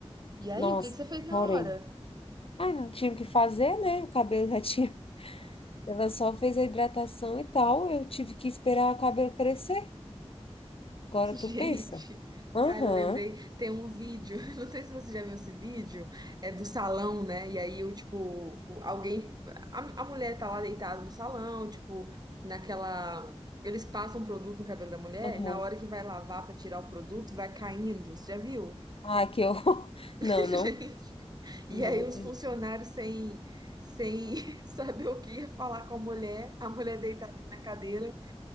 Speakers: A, on the right (about 40°); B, on the left (about 60°).
A: E aí,
B: Nossa,
A: o que que você fez na
B: chorei.
A: hora?
B: Ai, não tinha o que fazer, né? O cabelo já <laughs> tinha. Ela só fez a hidratação e tal. Eu tive que esperar o cabelo crescer. Agora
A: <laughs> Gente,
B: tu pensa. Aham,
A: cara, eu lembrei, tem um vídeo, <laughs> não sei se você já viu esse vídeo, é do salão, né? E aí, eu, tipo, o- alguém, a, a mulher tá lá deitada no salão, tipo, naquela. Eles passam produto no cabelo da mulher,
B: aham.
A: e na hora que vai lavar pra tirar o produto, vai caindo. Você já viu?
B: Ah, que horror. <laughs>
A: <laughs>
B: Não, não, não.
A: E aí os funcionários sem, sem <laughs> saber o que ia falar com a mulher, a mulher deitada na cadeira.